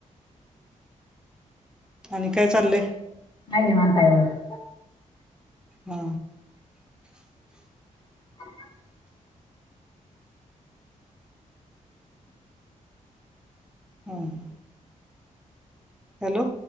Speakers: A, in the centre; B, on the left.
A: आणि काय चाललंय.
B: हाय निवांत हाय बघा.
A: हा.
B: <unintelligible>
A: हम्म. हॅलो.